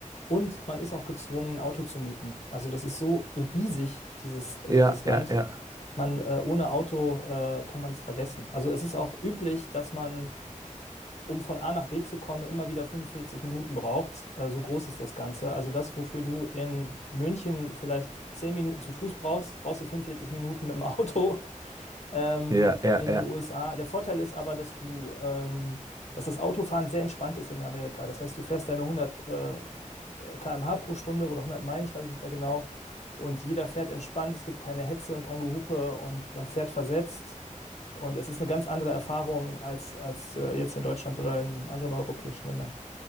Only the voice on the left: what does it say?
Und man ist auch gezwungen, ein Auto zu mieten. Also das ist so riesig, dieses, äh,
dieses Land.
Man, äh, ohne Auto äh, kann man es vergessen. Also es ist auch üblich, dass man um von A nach B zu kommen, immer wieder 45 Minuten braucht. Äh, so groß ist das Ganze. Also das, wofür du in München vielleicht 10 Minuten zu Fuß brauchst, brauchst du 45 Minuten mit dem Auto ähm,
in
den USA. Der Vorteil ist aber, dass du, ähm, dass das Autofahren sehr entspannt ist in Amerika. Das heißt, du fährst deine 100 äh, km/h pro Stunde oder 100 Meilen, ich weiß es nicht mehr genau. Und jeder fährt entspannt. Es gibt keine Hetze und kein Gehupe und man fährt versetzt. Und es ist eine ganz andere Erfahrung als, als äh, jetzt in Deutschland oder in anderen europäischen Ländern.